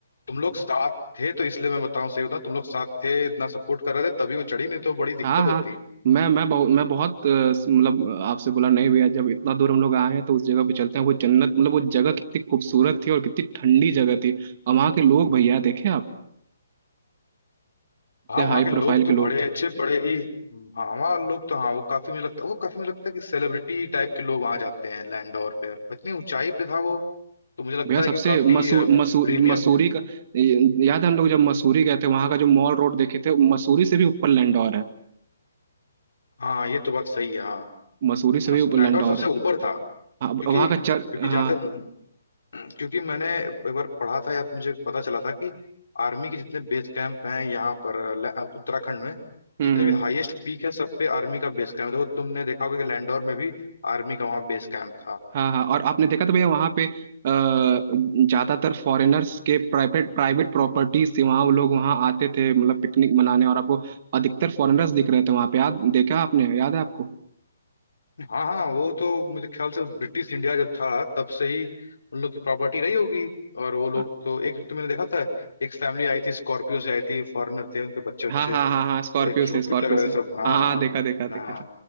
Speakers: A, on the left; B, on the right.
A: तुम लोग साथ थे तो इसलिए मैं बताऊं सही बताऊं तुम लोग साथ थे इतना सपोर्ट कर रहे थे तभी वो चढ़ी नहीं तो बड़ी
B: हाँ
A: दिक्कत
B: हाँ
A: होती
B: मैं मैं बहुत मैं बहुत अ, मतलब आपसे बोला नहीं भैया जब इतना दूर हम लोग आए हैं तो उस जगह पे चलते हैं वो जन्नत मतलब वो जगह कितनी खूबसूरत थी और कितनी ठंडी जगह थी और वहाँ के लोग भैया देखे आप कितने
A: हाँ वहाँ
B: हाई
A: के लोग
B: प्रोफाइल
A: तो
B: के लोग
A: बड़े
B: थे
A: अच्छे बड़े ही हाँ वहाँ लोग तो हाँ वो काफी मुझे लगता है वो काफी मुझे लगता है कि सेलिब्रिटी टाइप के लोग वहाँ जाते हैं लैंडोर पे और इतनी ऊंचाई पे था वो तो मुझे लगता
B: भैया
A: है
B: सबसे
A: कि वो काफी
B: मसूर मसूर
A: प्रीमियम
B: मसूरी का याद है हम लोग जब मसूरी गए थे वहां का जो मॉल रोड देखे थे मसूरी से भी ऊपर लैंडौर है
A: हाँ ये तो बात सही है हाँ
B: मसूरी से
A: मस,
B: भी ऊपर
A: लैंडोर
B: लैंडौर
A: सबसे
B: है
A: ऊपर था
B: हाँ, वहाँ
A: क्योंकि
B: का चर
A: क्योंकि
B: हाँ
A: जहाँ तक क्योंकि मैंने एक बार पढ़ा था या तो मुझे पता चला था कि आर्मी के जितने बेस कैंप हैं यहाँ पर ल- उत्तराखंड में
B: हम्म
A: जितने भी
B: हम्म,
A: हाईएस्ट पीक है सब पे आर्मी का बेस कैंप है देखो तुमने देखा होगा कि लैंडोर में भी आर्मी का वहाँ बेस कैंप था
B: हाँ हाँ और आपने देखा तो भैया वहाँ पे अ, ज्यादातर फॉरेनर्स के प्राइवेट प्राइवेट प्रॉपर्टीज थी वहाँ वो लोग वहाँ आते थे मतलब पिकनिक मनाने और आपको अधिकतर फॉरेनर्स दिख रहे थे वहाँ पे याद देखा आपने याद है आपको
A: हाँ हाँ वो तो मुझे ख्याल से ब्रिटिश इंडिया जब था तब से ही उन लोग की प्रॉपर्टी रही होगी और वो लोग
B: हाँ।
A: तो एक तो मैंने देखा था एक फैमिली आई थी स्कॉर्पियो से आई थी फॉरेनर थे उनके बच्चे बच्चे
B: हाँ हाँ हाँ हाँ स्कॉर्पियो
A: बड़े क्यूट
B: से स्कॉर्पियो
A: क्यूट लग रहे
B: से
A: थे सब हाँ
B: हाँ हाँ
A: हाँ
B: देखा देखा देखा
A: हाँ
B: था